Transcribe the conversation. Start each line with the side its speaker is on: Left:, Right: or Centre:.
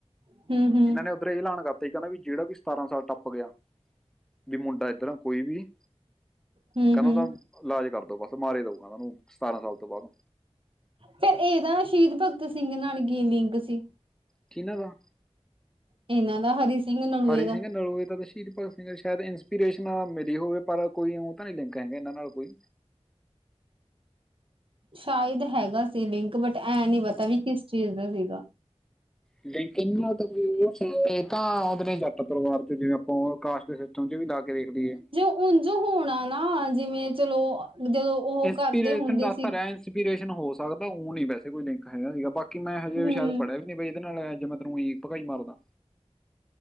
Right: ਹੂੰ-ਹੂੰ
Centre: ਇਹਨਾਂ ਨੇ ਫੇਰ ਇਹ ਲਾਨ ਕਰਤੇ ਕਹਿੰਦਾ ਵੀ, ਜਿਹੜਾ ਵੀ ਸਤਾਰਾਂ ਸਾਲ ਟੱਪ ਗਿਆ ਵੀ ਮੁੰਡਾ ਏਧਰ ਕੋਈ ਵੀ,
Right: ਹੂੰ-ਹੂੰ
Centre: ਕਹਿੰਦਾ ਇਹਦਾ ਇਲਾਜ ਕਰਦੋ ਬਸ, ਮਾਰੇ ਦਓ ੳਹਨਾ ਨੂੰ, ਸਤਾਰਾਂ ਸਾਲ ਤੋਂ ਬਾਅਦ।
Right: ਫਿਰ ਇਹਦਾ ਸ਼ਹੀਦ ਭਗਤ ਸਿੰਘ ਨਾਲ ਕੀ ਲਿੰਕ ਸੀ?
Centre: ਕਿੰਨਾ ਦਾ?
Right: ਇਹਨਾਂ ਦਾ ਹਰੀ ਸਿੰਘ ਨਲੂਏ
Centre: ਹਰੀ
Right: ਦਾ
Centre: ਸਿੰਘ ਨਲੋਏ ਦਾ ਤਾਂ ਸ਼ਹੀਦ ਭਗਤ ਸ਼ਾਇਦ ਇੰਸਪੀਰੇਸ਼ਨ ਮਿਲੀ ਹੋਵੇ, ਪਰ ਕੋਈ ਉਹ ਤਾਂ ਨੀ ਲਿੰਕ ਹੈਗਾ ਇਹਨਾਂ ਨਾਲ ਕੋਈ।
Right: ਸ਼ਾਇਦ ਹੈਗਾ ਸੀ ਲਿੰਕ, ਬਟ ਐ ਨਹੀਂ ਪਤਾ ਵੀ ਕਿਸ ਚੀਜ਼ ਦਾ ਸੀਗਾ।
Centre: ਲੇਕਿਨ ੳਹ ਤਾਂ ਆਉਂਦੇ ਨੇ ਜੱਟ ਪਰਿਵਾਰ 'ਚੋ, ਜਿਵੇਂ- ਆਪਾਂ ੳਹ ਕਾਸਟ 'ਚ ਵੀ ਲਾ ਕੇ ਵ ਦੇਖ ਲਈਏ।
Right: ਉਂਝ ਹੋਣਾ ਨਾ ਜਿਵੇਂ- ਚਲੋ, ਜਦੋਂ ਉਹ
Centre: ਇੰਸਪੀਰੇਸ਼ਨ
Right: ਕਰਦੇ ਹੁੰਦੇ
Centre: ਦੱਸ
Right: ਸੀ।
Centre: ਤਾਂ ਰਿਹਾ ਇੰਸਪੀਰੇਸ਼ਨ ਹੋ ਸਕਦਾ ਉਹ ਨ ਵੈੇ ਕੋਈ ਲਿੰਕ ਹੈਗਾ ਸੀਗਾ, ਬਾਕੀ ਮੈਂ ਹਜੇ
Right: ਹੂੰ
Centre: ਵੀ ਸ਼ਾਇਦ ਪੜਿਆ ਵੀ ਨਹੀਂ ਬ ਇਹਦੇ ਨਾਲ, ਜੇ ਮੈਂ ਤੈਨੂੰ ੳਈ ਪਗਾਈ ਮਾਰਦਾ।